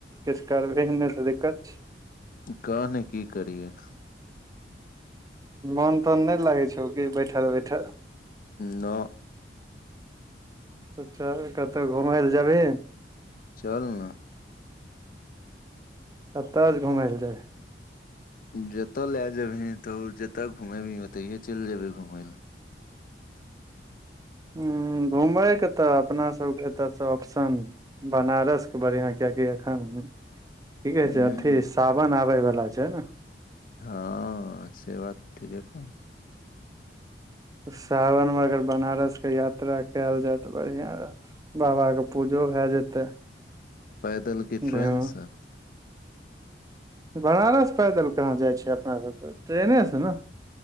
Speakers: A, on the right (about 20°); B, on the left (about 50°).
A: किछु करबे नहि तऽ दिक्कत छै
B: कहय नऽ की करियए
A: मोन तोन नहि लागै छौ कि बैठल बैठल
B: नओ <unintelligible>
A: तऽ चल कतहु घुमै लए जेबही
B: चल ने
A: कतऽ जेबी घुमय लए जेबै
B: जतय लए जेबही तऽ जतय घुमेबही ओतहिए चलि जेयबी घुमय लए
A: हु घुमयके तऽ अपना सबके एतऽसँ ऑप्शन बनारसके बढ़िआँ किआकि एखन की
B: लए
A: कहै
B: हूँ
A: छै अथी सावन आबे वाला छै
B: हँ से बात ठीके कहलो
A: सावनमे अगर बनारसके यात्रा कयल जाय तऽ बढ़िया रहत बाबाके पूजो भए जेतै
B: पैदल की ट्रेनसँ
A: घुमि बनारस पैदल कहाँ जाइ छै अपना सभके तऽ ट्रेनेसँ ने